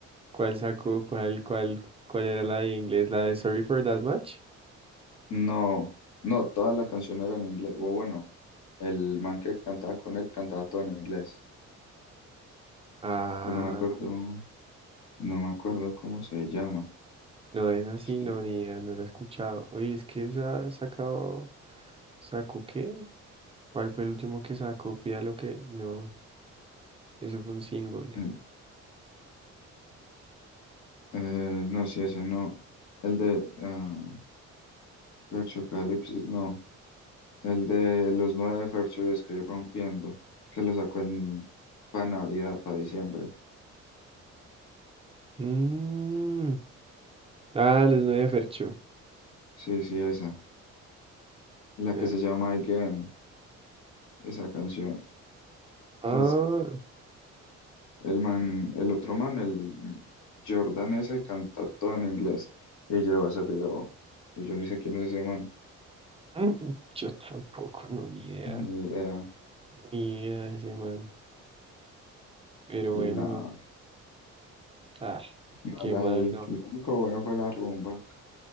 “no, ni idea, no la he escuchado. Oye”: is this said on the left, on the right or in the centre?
Right